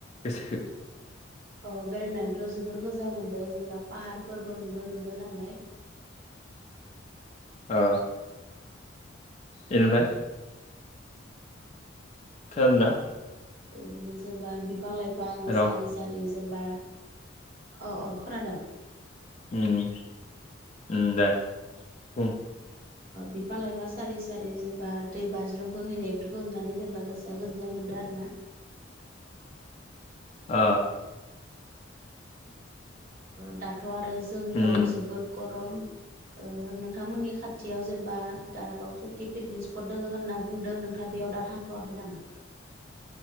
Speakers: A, on the left; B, on the right.
A: गोसोखो
B: अ बेरायनानैथ' जबोद मोजां मोनदों जेनेबा पाहारफोरबो नुनो मोनदों नालाय
A: अ बेनिफ्राय खोनादों ना?
B: बिदिनो जेनेबा बिफां लाइफां
A: हेलौ
B: सारि सारि जेनेबा औ औ खोनादों।
A: उम उम दे बुं
B: बिफां लाइफां सारि सारि जेनेबा दै बाज्रुम बोहैनाय बेफोरखौ ननानै जेनेबा गोसोआ गोजोननाय मोनो दो आरोना
A: ओ
B: दाथ' आरो जोंनियाव
A: उम
B: जोबोर गरम नोंथांमोननि खाथियाव जेनेबा दारागाव सकि पिकनिक स्पट दङ होनना बुंदों नोंथा बेयाव दा थांथ'वाखै नामा?